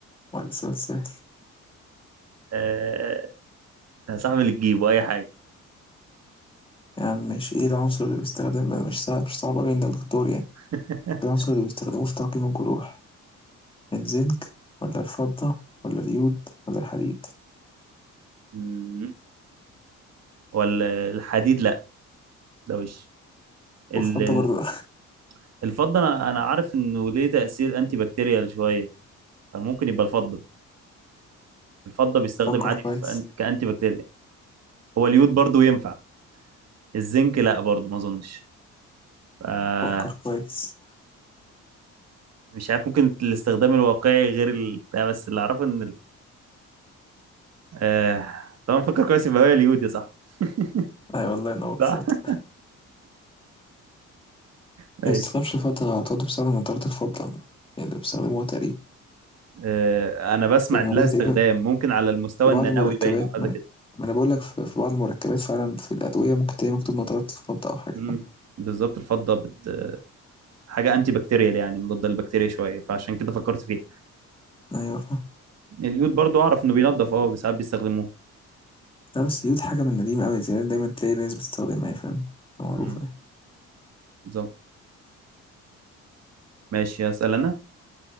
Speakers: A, on the left; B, on the right.
A: ولا سؤال سهل
B: آه، يا صاحبي اللي تجيبه أي حاجة
A: يا عم ماشي إيه العنصر اللي بيستخدم بقى مش صعب مش صعب أوي عند الدكتور يعني
B: <laughs>
A: العنصر اللي بيستخدموه في تعقيم الجروح الزنك ولا الفضة ولا اليود ولا الحديد
B: مم، ولا الحديد لا ده وش ال-
A: والفضة
B: ال-
A: برضو
B: الفضة أنا أنا عارف إنه ليه تأثير أنتي بكتيريال شوية فممكن يبقى الفضة الفضة بيستخدم
A: <laughs> فكر
B: عادي
A: كويس
B: في أن- كأنتي بكتيريال هو اليود برضه ينفع الزنك لا برضه ما أظنش آه،
A: فكر كويس
B: مش عارف ممكن الاستخدام الواقعي غير ال... بتاع، بس اللي اعرفه ان ال... آه... طبعا فكر كويس يبقى هي اليود يا صح <laughs>
A: أي والله ينور
B: صح
A: شاطر
B: ماشي
A: هي ما بتستخدمش الفضة على طول بتستخدم منطرة الفضة يعني اللي بيستخدموها تقريبا
B: آه... انا بسمع
A: هي موجودة
B: ان لها استخدام
A: تقريبا
B: ممكن على المستوى
A: في بعض
B: النانوي
A: المركبات
B: باين او حاجه
A: ما أنا
B: كده
A: ما أنا بقول لك في في بعض المركبات فعلا في الأدوية ممكن تلاقي مكتوب نطرات الفضة أو حاجة
B: مم.
A: فاهم
B: بالظبط الفضه بت... حاجه انتي بكتيريال يعني مضاده للبكتيريا شويه فعشان كده فكرت فيها
A: أيوة فاهم
B: اليود برضو اعرف انه بينضف اه ساعات بيستخدموه
A: لا بس دي حاجة من قديم أوي زي دايما تلاقي ناس بتستخدمها فاهم معروفة
B: مم.
A: يعني.
B: بالظبط ماشي هسأل انا